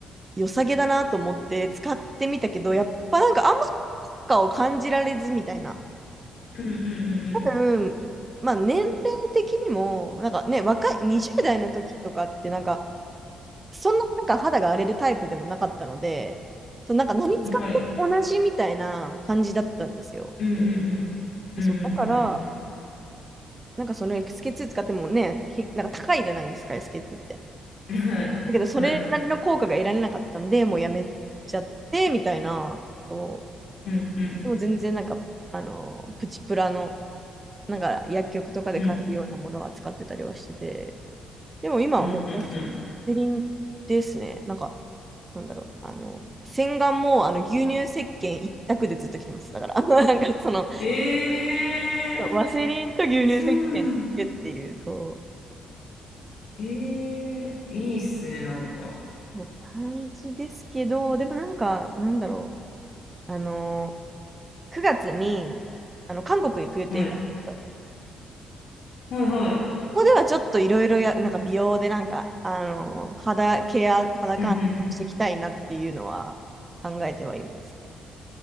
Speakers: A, on the right; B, on the left.
A: 良さげだなと思って使ってみたけど、やっぱなんかあんま効果を感じられずみたいな。
B: うんうんう
A: 多分、まあ年齢的にも、なんかね、若い、20代の時とかってなんか、そんななんか肌が荒れるタイプでもなかったので、そう、なんか何使っても同じみたいな感じだったんですよ。
B: んうん。はい。うんうんうん。うんうん
A: そう、だから、なんかその SK2 使ってもね、けなんか高いじゃないですか、SK2 って。
B: うんうん。はい。
A: だけど、それなりの効果が得られなかったんで、
B: はい。
A: もうやめちゃって、みたいな。そ
B: うんうんうん
A: う。でも全然なんか、あの、プチプラの、なんか薬局とかで買えるようなものは使ってたりはしてて、
B: うんうん
A: でも今はもうワ
B: うんうんうん。
A: セリンですね。なんか、なんだろう。あの、洗顔もあの牛乳石鹸一択でずっと来てます。だから、<laughs> あのなんかその、
B: えー、
A: ワセリンと牛乳石鹸だけっていう、
B: そうなんだ。
A: そ
B: えー、いいっすね、
A: う、
B: なんか。
A: そう感じですけど、でもなんか、なんだろう。あの、9月に、あの、韓国行く予定があるんですよ。
B: はい。はいはい。
A: ここではちょっといろいろや、なんか美容でなんか、あの、肌ケア、肌管理していきたいなっていうのは考えてはいます。
B: うんうんうん。